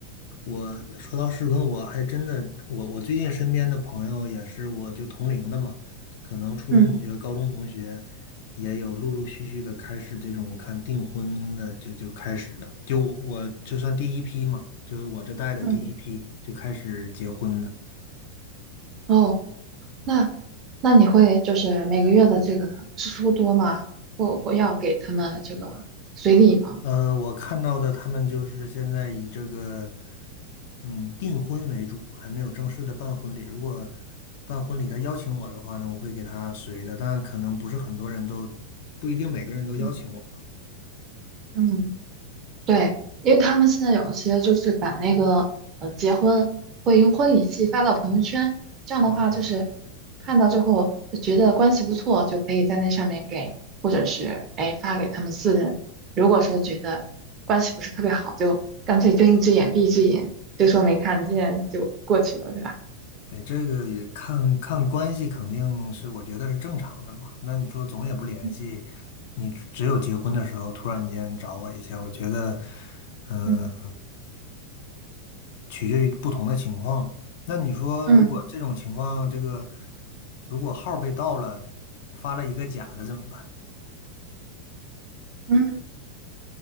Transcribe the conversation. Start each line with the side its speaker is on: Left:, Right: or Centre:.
Left: 我说到适婚，我还真的，我我最近身边的朋友也是，我就同龄的嘛，可能初中同学、
Right: 嗯。
Left: 高中同学也有陆陆续续的开始这种，我看订婚的就就开始了，就我我就算第一批嘛，就是我这代的第一批就开始结婚了。
Right: 嗯，哦。那那你会就是每个月的这个支出多吗？或或要给他们这个随礼吗？
Left: 呃，我看到的他们就是现在以这个，嗯，订婚为主，还没有正式的办婚礼。如果办婚礼他邀请我的话呢，我会给他随的，但可能不是很多人都，不一定每个人都邀请我吧。
Right: 嗯，嗯对，因为他们现在有些就是把那个呃结婚会用婚礼季发到朋友圈，这样的话就是
Left: 哦，
Right: 看到之后觉得关系不错，就可以在那上面给，或者是哎发给他们四人。如果说觉得关系不是特别好，就干脆睁一只眼闭一只眼，就说没看见就过去了，对吧？
Left: 对，这个也看看关系，肯定是我觉得是正常的嘛。那你说总也不联系，
Right: 嗯
Left: 你只有结婚的时候突然间找我一下，我觉得，嗯。
Right: 嗯
Left: 取决于不同的情况。那你说，
Right: 嗯。
Left: 嗯如果这种情况，这个如果号儿被盗了，发了一个假的怎么办？
Right: 嗯，